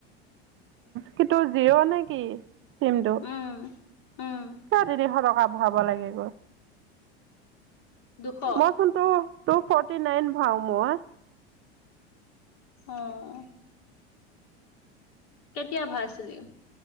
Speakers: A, on the right; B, on the left.
A: কিন্তু জিঅ'নে কি চিমটো
B: উম, উম,
A: ছয় তিনিশ টকা <unintelligible> লাগে গৈ
B: দুশ
A: মইচোন ত টু ফৰ্টি নাইন ভাও মই
B: অ', কেতিয়া ভায়াইছিলি?